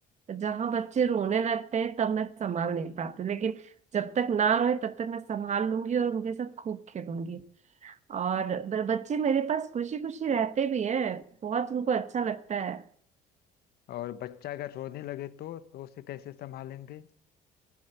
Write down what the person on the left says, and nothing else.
और बच्चा अगर रोने लगे तो तो उसे कैसे संभालेंगे